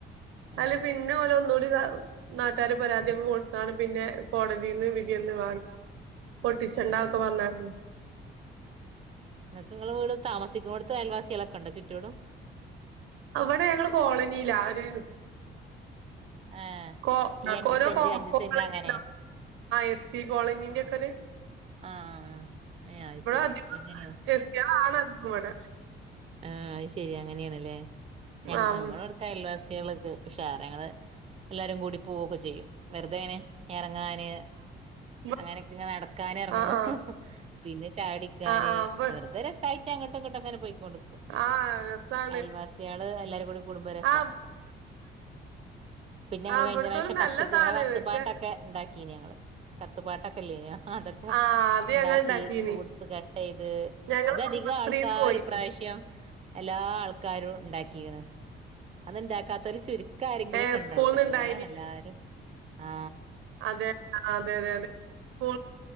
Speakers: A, on the right; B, on the right.
A: ആഹ്
B: അതില് പിന്നെ ഓല ഒന്നുകൂടി ഇത് നാട്ടാര് പരാതിയൊകെ കൊട്ത്താണ് പിന്നെ കോടതന്ന് വിധിയെന്ന് വാണ്ടാ പൊട്ടിച്ചണ്ടാ
A: ആഹ്
B: ഒക്കെ വഞ്ഞാണ്ട്
A: നിങ്ങക് ഇങ്ങളെ വീട് താമസിക്കണോ അവിടുത്ത അയൽവാസികളൊക്കെ ഉണ്ടോ ചുറ്റോടും
B: ആവടെ ഞങ്ങള് കോളനിയിലാ അര്
A: ഏഹ്
B: കോ
A: ഈ അഞ്ച്
B: ഓരോ
A: സെന്റ്
B: കോ
A: അഞ്ച്
B: കോളനി
A: സെന്റ് അങ്ങനെ
B: എസ് റ്റി കോളനിന്റെ കൊര് <inaudible>
A: ആ ഏ അത് ശരി
B: അധികം
A: അങ്ങനെയാ
B: എസ് ടിയേളാണ് അധികം ഇവടെ
A: ആ അത് ശെരി അങ്ങനെയാണല്ലേ ഞങ്
B: ആഹ്
A: ആ ഞങ്ങളെവടാകയൽവാസി കുട്ടികൾക്ക് പക്ഷേ അവരെ ഞങ്ങൾ എല്ലാരും കൂടി പോവൊക്കെ ചെയ്യും വെറുതെങ്ങനെ ഞാന്
B: ഉം
A: അങ്ങനെയൊക്കെ ഒക്കെ അന്ന് നടക്കാനെറങ്ങും
B: ആഹ് ആഹ്
A: പിന്നെ ചായുടിക്കാന്
B: ആഹ് ആഹ് ആഹ് ആഹ് ഇബ
A: വെറുതെ രസായിട്ട് അങ്ങട്ടോ ഇങ്ങട്ടോകെങ്ങനെ പോയിക്കോളും അയൽവാസ്യാള്
B: ആഹ് രസാണ്
A: എല്ലാരും കൂടി കുടുംബരസിണല്ലോ
B: ആഹ്
A: പിന്നെ ഞങ്ങള്
B: ആഹ്
A: കഴിഞ്ഞ
B: ഇബട്ത്തോല്
A: പ്രാവശ്യം കത്ത്
B: നല്ലതാണ്
A: ഞമ്മളെ കത്ത്പ്പാട്ടൊക്കെ
B: പക്ഷെ
A: ഇണ്ടാക്കീനി ഞങ്ങള് കത്തുപ്പാട്ടെ കെല്ലേനോ അതൊക്കെ
B: ആഹ് അത്
A: ഇണ്ടാക്കി
B: ഞങ്ങൾ ഇണ്ടാക്കീനി
A: ഫ്രൂട്ട്സ് കട്ടെയ്ത്
B: ഞങ്ങള്
A: അതധികാൾക്കാരും
B: കുടുംബശ്രീന്ന് പോയിനി
A: ഇപ്രാവശ്യം എല്ലാ ആൾക്കാരും ഉണ്ടാക്കിയണ് അത്ണ്ടാക്കാത്തര് ചുരുക്കം ആരെങ്കിലുമൊക്കെ
B: ഏഹ്
A: ഉണ്ടാവുലേ
B: സ്കൂൾന്ന് ഇണ്ടായിനി
A: എല്ലാരും ആ
B: അതെ അതെതെ അതെ സ്കു